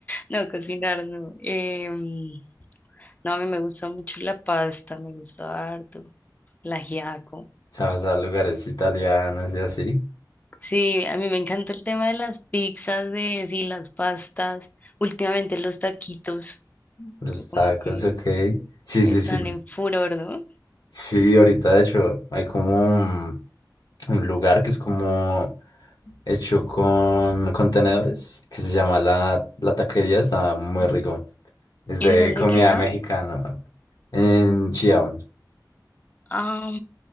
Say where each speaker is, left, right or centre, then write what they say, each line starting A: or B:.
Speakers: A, on the left (about 20°); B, on the left (about 60°).
A: No, cocinar no. Em, no, a mí me gusta mucho la pasta, me gusta harto, el ajiaco.
B: Sabes a lugares italianos y así.
A: Sí, a mí me encanta el tema de las pizzas, de sí, las pastas. Últimamente los taquitos,
B: Los
A: que como
B: tacos,
A: que
B: ok. Sí,
A: están
B: sí, sí.
A: en furor, ¿no?
B: Sí, ahorita de hecho hay como un, un lugar que es como hecho con contenedores que se llama la, la taquería. Está muy rico. Es
A: ¿En
B: de
A: dónde
B: comida
A: queda?
B: mexicana. En Chiam.
A: Ah,